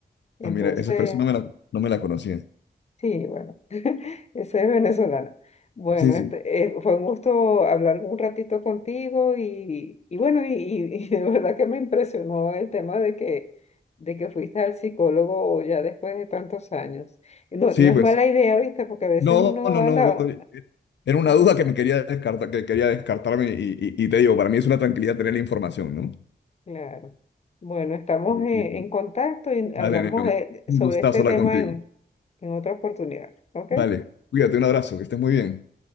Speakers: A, on the left; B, on the left.
A: Entonces,
B: Ah, mira, esa expresión no me la, no me la conocía.
A: sí, bueno. Esa es venezolana. Bueno,
B: Sí, sí.
A: este, eh, fue un gusto hablar un ratito contigo y, y bueno, y, y- y de verdad que me impresionó el tema de que, de que fuiste al psicólogo ya después de tantos años. Y No,
B: Sí,
A: no es
B: pues.
A: mala idea, ¿viste? Porque a veces
B: No,
A: uno
B: no,
A: anda...
B: no. yo- eh, era una
A: Ajá,
B: duda que me quería descartar, que quería descartarme y, y- y te digo, para mí es una tranquilidad tener la información, ¿no?
A: claro. Bueno, estamos
B: Lo
A: en,
B: Mismo.
A: en contacto y
B: Dale,
A: hablamos
B: Nero.
A: de-
B: Un
A: sobre
B: gustazo
A: este
B: hablar
A: tema
B: contigo.
A: en, en otra oportunidad. ¿Ok?
B: Vale. Cuídate, un abrazo, que estés muy bien.